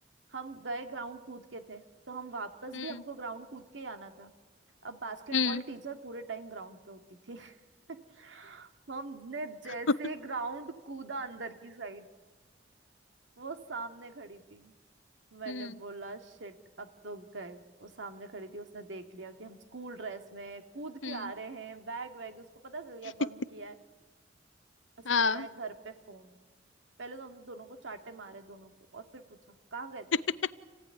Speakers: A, on the right; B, on the left.
A: हम गए ग्राउंड कूद के थे तो हम वापस
B: हम्म
A: भी हमको ग्राउंड कूद के ही आना था अब बास्केटबॉल
B: हम्म
A: टीचर पूरे टाइम ग्राउंड पे होती थी <laughs> हमने जैसे
B: <laughs>
A: ग्राउंड कूदा अंदर की साइड वो सामने खड़ी थी मैंने
B: हम्म
A: बोला शिट अब तो गए वो सामने खड़ी थी उसने देख लिया कि हम स्कूल ड्रेस में कूद
B: हम्म
A: के आ रहे हैं बैग वैग उसको पता चल गया
B: <laughs>
A: बंक किया है उसने
B: हाँ
A: लगाया घर पे फोन पहले तो हम दोनों को चाटे मारे दोनों को और फिर पूछा कहाँ गए
B: <laughs>